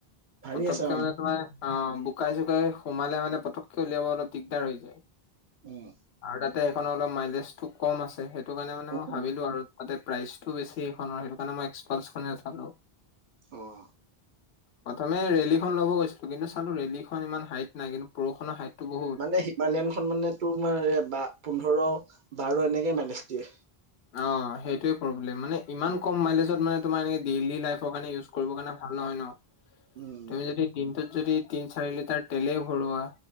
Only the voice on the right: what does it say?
ভাৰী
আছে অ
উম।
উম,
অ'।
এ, হিমালয়ান খন মানে তোমাৰ বা পোন্ধৰ বাৰ এনেকে মাইলেষ্ট দিয়ে।
উম